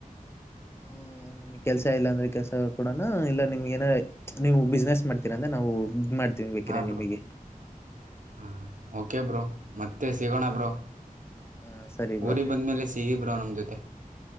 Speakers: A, on the left (about 15°); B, on the right (about 60°).
A: ಹ ನಿಮ್ಗ್ ಕೆಲ್ಸ ಇಲ್ಲಾ ಅಂದ್ರೆ ಕೆಲ್ಸ ಕೊಡೋಣ ಇಲ್ಲ ನಿಮ್ಗೆ ಏನ ನೀವು ಬಿಸ್ನೆಸ್ ಮಾಡ್ತೀರ ಅಂದ್ರೆ ನಾವು ಮಾಡ್ತೀವಿ ಬೇಕಿರಾ
B: ಹಾಂ ಬ್ರೋ
A: ನಿಮಗೆ
B: ಹಾಂ ಓಕೆ ಬ್ರೋ ಮತ್ತೆ ಸಿಗೋಣ ಬ್ರೋ
A: ಹ ಸರಿ ಬ್ರೋ
B: ಊರಿಗೆ ಬಂದ್ಮೇಲೆ ಸಿಗಿ ಬ್ರೋ ನಮ್ಮ ಜೊತೆ